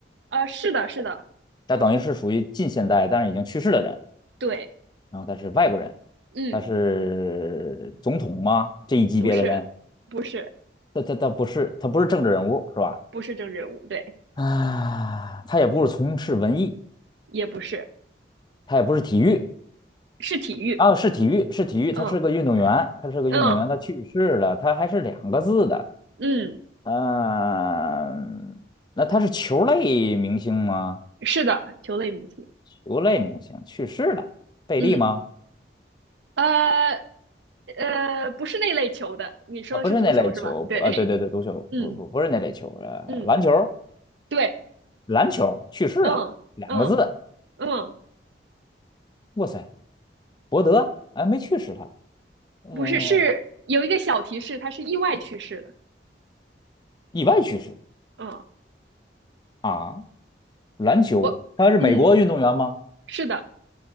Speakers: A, on the right (about 80°); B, on the left (about 25°).
A: 呃，是的，是的，
B: 那等于是属于近现代，但是已经去世的人。
A: 对，
B: 然后他是外国人，
A: 嗯，
B: 他是总统吗？这一级别的人，
A: 不是，不是，
B: 他他他不是他不是政治人物是吧？
A: 不是政治人物，对，
B: 啊，他也不是从事文艺，
A: 也不是，
B: 他也不是体育
A: 是体育，
B: 啊，是体育是体育，
A: 嗯
B: 他是个运动员，他是个运动员，
A: 嗯
B: 他去世了，他还是两个字的，
A: 嗯，
B: 嗯、那他是球类明星吗？
A: 是的，球类明星，
B: 球类明星去世了，贝利吗？
A: 嗯，呃。呃，不是那类球的，你说的是足球是吧？
B: 啊，不是那类球，不啊，
A: 对，
B: 对对对，足球不不不是那类球，
A: 嗯
B: 呃，
A: 嗯，
B: 篮球。
A: 对，
B: 篮球去世了，
A: 嗯嗯
B: 两个字。
A: 嗯，
B: 哇塞，伯德哎没去世他，嗯、
A: 不是，是有一个小提示，它是意外去世的。
B: 意外去世
A: 嗯，
B: 啊。篮球他是美国运动员吗？
A: 我，嗯，是的，